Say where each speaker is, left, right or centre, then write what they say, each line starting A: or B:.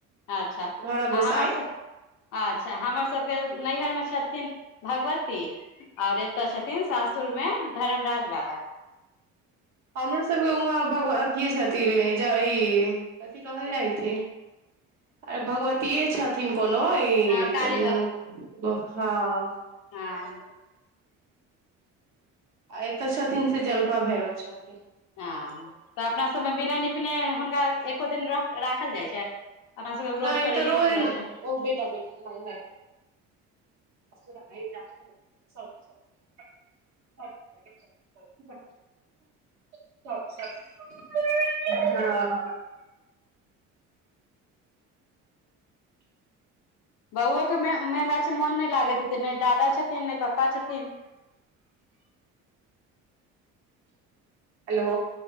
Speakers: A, on the left (about 75°); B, on the right (about 55°).
A: अच्छा
B: घरक
A: आ
B: गोसाई
A: हमरा से अच्छा हमर सबके नैयहर मे छथिन भगवती। और एता छथिन सासुर मे धरमराज बाबा।
B: हमरो सबके उहाँ भग अथीये छथिन ई ज ई कथि कहल जायथिन अरे भगवतिये छथिन कोनो ई
A: हँ काली
B: कन ब हां।
A: हां।
B: आ एता छथिन से जलपा भैरव छथिन।
A: हाँ त अपना सब मे बिना निपने हुनका एको दिन रा राखल जाय छै। अपना सबके रोज
B: नै एता
A: करैए
B: रोज
A: के
B: <unintelligible> <unintelligible> <unintelligible>
A: रहतै
B: अच्छा-अच्छा हां।
A: बउवो के मै मेन बात छै मन नै लागैत हेतै नै दादा छथिन, नै पप्पा छथिन।
B: हेलो।